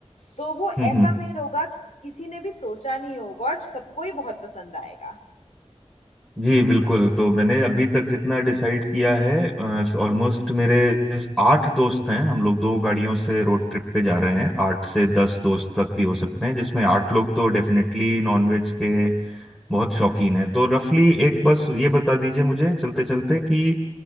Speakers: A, on the left (about 80°); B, in the centre.
A: तो वो
B: हम्म
A: ऐसा
B: हम्म
A: मेल होगा कि किसी ने भी सोचा नहीं होगा और सबको ही बहुत पसंद आएगा
B: जी बिल्कुल तो मैंने अभी तक जितना डिसाइड किया है ऑलमोस्ट मेरे इस आठ दोस्त हैं हम लोग दो गाड़ियों से रोड ट्रिप पे जा रहे हैं आठ से दस दोस्त तक भी हो सकते हैं जिसमें आठ लोग तो डेफिनेटली नॉनवेज के बहुत शौकीन हैं तो रफली एक बस ये बता दीजिए मुझे चलते चलते कि